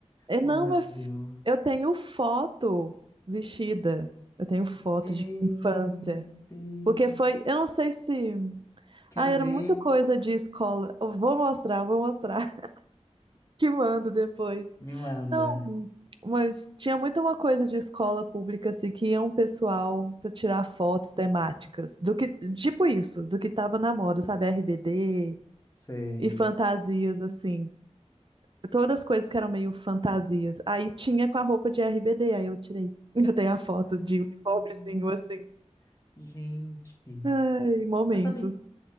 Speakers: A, on the right (about 45°); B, on the left (about 25°).
A: Eu
B: Oh,
A: não,
B: meu
A: mas
B: Deus.
A: eu tenho foto vestida. Eu tenho foto
B: Meu
A: de infância.
B: Deus.
A: Porque foi, eu não sei se.
B: Quero
A: Ah, era
B: ver.
A: muita coisa de escola. Eu vou mostrar, eu vou mostrar. Te mando depois.
B: Me manda.
A: Não, mas tinha muito uma coisa de escola pública assim que ia um pessoal para tirar fotos temáticas, do que tipo isso, do que tava na moda, sabe, RBD
B: Sei.
A: e fantasias assim, todas as coisas que eram meio fantasias. Aí tinha com a roupa de RBD, aí eu tirei. <laughs> Eu tenho a foto
B: Hum,
A: de uniformezinho assim.
B: gente.
A: Ai, momentos.
B: Você sabe,